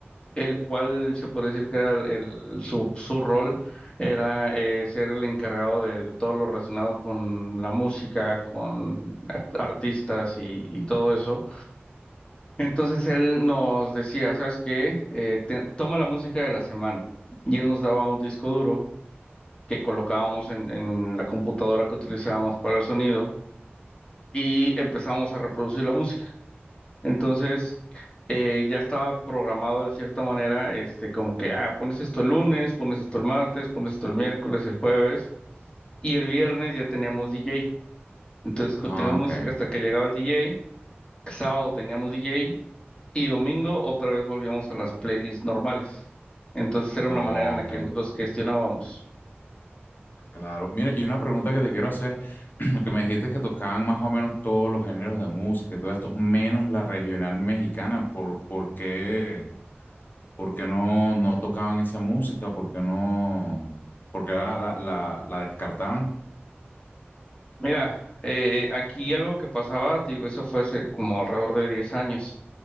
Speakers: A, on the left; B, on the left.
A: el cual se puede decir que era el, el- su, su rol era eh, ser el encargado de, de todo lo relacionado con la música, con act- artistas y y todo eso. Entonces él nos decía, ¿sabes qué? Eh, te- toma la música de la semana. Y él nos daba un disco duro que colocábamos en, en la computadora que utilizábamos para el sonido y empezábamos a reproducir la música. Entonces eh, ya estaba programado en cierta manera, este, como que, ah, pones esto el lunes, pones esto el martes, pones esto el miércoles, el jueves y el viernes ya teníamos DJ. Entonces continuamos
B: Ah, ok,
A: música hasta que llegaba el DJ. Sábado teníamos DJ Y domingo otra vez volvíamos a las playlists normales. Entonces era
B: Oh,
A: una manera en la
B: ok,
A: que nosotros gestionábamos.
B: claro. Mira, y una pregunta que te quiero hacer, <clears throat> que me dijiste que tocaban más o menos todos los géneros de música y todo esto, menos la regional mexicana, ¿por, por qué, por qué no, no tocaban esa música? ¿Por qué no, por qué la, la, la la descartaban?
A: Mira, eh, aquí algo que pasaba, te digo, eso fue hace como alrededor de 10 años.